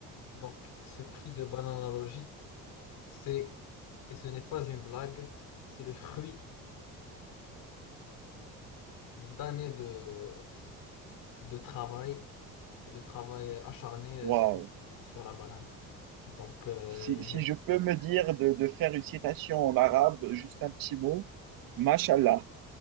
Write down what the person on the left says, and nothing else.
donc, ce prix de Bananalogie, c'est, et ce n'est pas une blague, c'est le fruit d'années de, de travail et de travail acharné
sur, sur la banane. Donc, euh,
j'ai